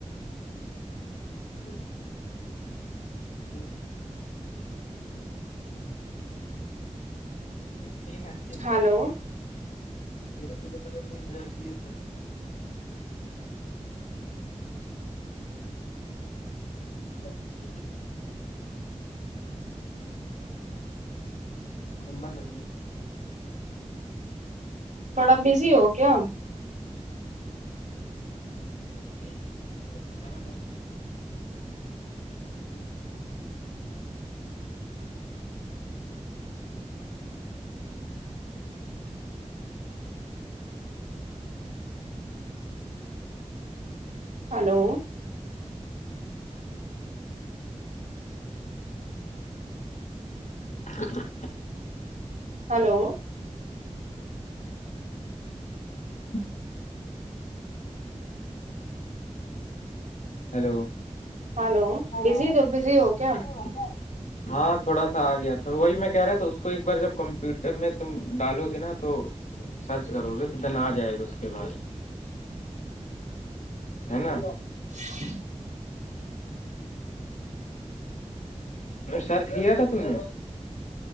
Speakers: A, on the left (about 80°); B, on the right (about 80°).
A: جی جی ھرھا کیا
B: ہلو
A: بتا د تھا <unintelligible> لمبر لگی
B: تھوڑا بزی ہو کیا
A: <unintelligible>
B: ہلو
A: <unintelligible>
B: ہلو
A: ہوں ہیلو
B: ہلو
A: ہلو
B: بزی دو بزی ہو کیا
A: ہو کیا ہاں تھوڑا سا آ گیا تھا وہی میں کہہ رہا تھا اس کو ایک بار جب کمپیوٹر میں تم ڈالو گے نا تو سرچ کرو گے تودنا ن آ جائے گا ب ہے نا
B: <inaudible>
A: سرچ کیا تھا تم نے